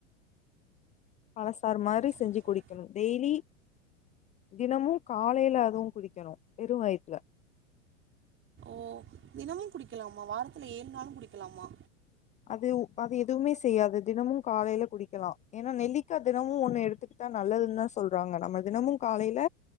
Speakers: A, on the left; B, on the right.
A: பழசார் மாரி
B: சரி
A: செஞ்சு
B: சரி
A: குடிக்கணும் டெய்லி தினமும் காலையில அதுவும் குடிக்கணு வெரும் வயத்துல
B: ஓ தினமும் குடிக்கலாமா வாரத்துல ஏழு நாளும் குடிக்கலாமா
A: அது அது எதுவுமே செய்யாது தினமும் காலையில குடிக்கலா ஏன்னா நெல்லிக்கா தினமும் ஒண்ணு எடுத்துக்கிட்டா நல்லதுன்னுதா சொல்றாங்க நம்ம தினமும் காலையில